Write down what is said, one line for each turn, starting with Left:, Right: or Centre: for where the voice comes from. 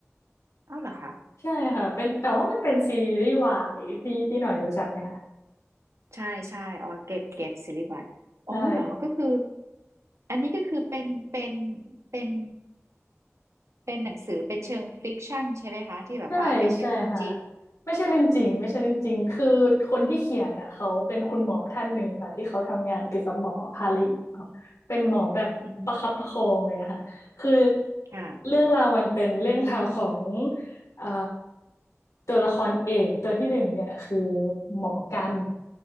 Right: เอ้าเหรอคะ
Left: ใช่ค่ะเป็นแต่ว่ามันเป็นซีรีส์วายพี่พี่หน่อยรู้จักไหมคะ
Right: ใช่ใช่อ๋อเกตเกตซีรีส์วายอ๋อเหรอก็คือ
Left: ใช่
Right: อันนี้ก็คือเป็นเป็นเป็นเป็นหนังสือเป็นเชิงฟิกชันใช่ไหมคะที่แบบว่าไม่ใช่เรื่องจริง
Left: ใช่ใช่ค่ะไม่ใช่เรื่องจริงไม่ใช่เรื่องจริงคือคนที่เขียนน่ะเขาเป็นคุณหมอท่านหนึ่งค่ะที่เขาทำงานเกี่ยวกับหมอพาลิเนาะเป็นหมอแบบประคับประคองเลยอะค่ะคือ
Right: อือฮึค่ะ
Left: เรื่องราวมันเป็นเรื่องราวของเอ่อตัวละครเอกตัวที่หนึ่งเนี่ยคือหมอกัน